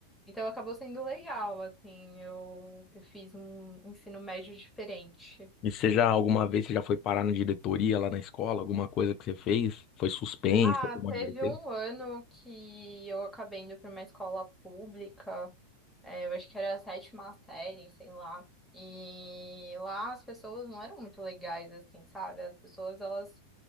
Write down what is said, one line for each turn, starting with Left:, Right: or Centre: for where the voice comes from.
Centre: Então, acabou sendo legal, assim, eu, eu fiz um ensino médio diferente.
Left: E você já, alguma vez, você já foi parar na diretoria lá na escola? Alguma coisa que você fez? Foi suspensa,
Centre: Ah,
Left: como
Centre: teve
Left: é que vai ter?
Centre: um ano que eu acabei indo para uma escola pública. É, eu acho que era a sétima série, sei lá. E lá as pessoas não eram muito legais, assim, sabe? As pessoas, elas